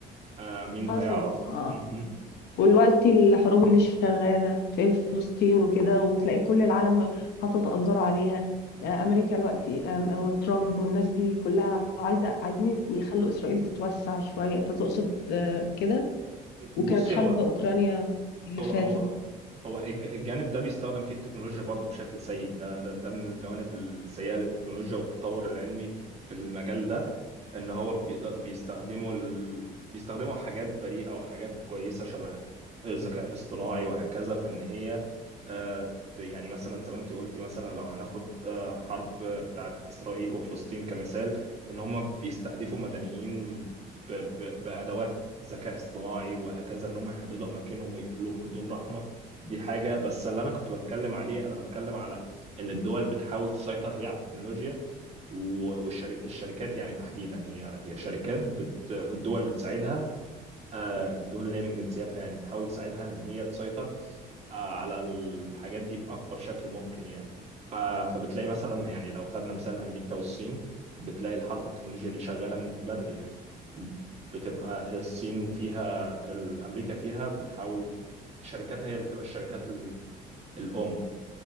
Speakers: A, on the right; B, on the left.
A: آه، مين
B: حصل
A: هيعرف
B: اه
A: مهم.
B: والوقت الحروب اللي شغالة في فلسطين وكده وتلاقي كل العالم حاطط أنظاره عليها آه، أمريكا دلوقتي أم- وترامب والناس دي كلها عايزة عايزين يخلوا إسرائيل تتوسع شوية أنت تقصد آه، كده
A: بصي
B: وكانت حرب
A: هو
B: أوكرانيا اللي
A: هو
B: فاتت
A: هو هو الج- الجانب ده بيستخدم فيه التكنولوجيا برضو بشكل سيء ده ده, ده من الجوانب السيئة للتكنولوجيا والتطور العلمي في المجال ده ان هو بيقدر بيستخدموا ال... بيستخدموا حاجات بريئة وحاجات كويسة شبه الذكاء الاصطناعي وهكذا في ان هي آه، ت- يعني مثلا زي ما انت قلتي مثلا لو هناخد آه، حرب بتاعت اسرائيل وفلسطين كمثال ان هم بيستهدفوا مدنيين ب... ب... بأدوات ذكاء اصطناعي وهكذا ان هم يحددوا اماكنهم ويقتلوهم بدون رحمه دي حاجه بس اللي انا كنت بتكلم عليه انا بتكلم على ان الدول بتحاول تسيطر هي على التكنولوجيا والشركات يعني تحديدا هي هي شركات بت... الدول بتساعدها آه، الدول اللي هي من جنسياتها يعني بتحاول تساعدها ان هي تسيطر آه، على الحاجات دي باكبر شكل ممكن يعني ف- فبتلاقي مثلا يعني لو خدنا مثال امريكا والصين بتلاقي الحرب التكنولوجيا دي شغاله من بدري يعني بتبقى الصين فيها الامريكا فيها بتحاول شركاتها هي اللي تبقى الشركات ال- الام